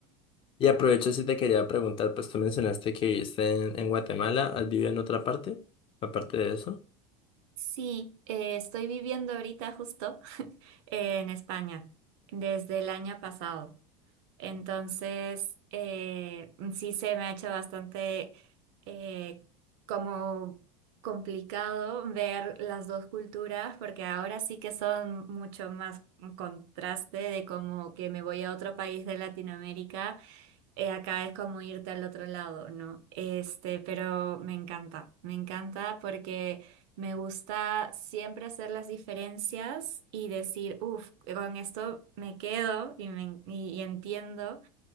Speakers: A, on the left; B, on the right.
A: Y aprovecho si te quería preguntar, pues tú mencionaste que viviste en, en Guatemala, ¿has vivido en otra parte? Aparte de eso.
B: Sí, eh, estoy viviendo ahorita justo <laughs> en España desde el año pasado. Entonces, eh, sí se me ha hecho bastante eh, como complicado ver las dos culturas porque ahora sí que son mucho más un contraste de como que me voy a otro país de Latinoamérica. Eh, acá es como irte al otro lado, ¿no? Este, pero me encanta, me encanta porque me gusta siempre hacer las diferencias y decir, uff, con esto me quedo y, me, y, y entiendo.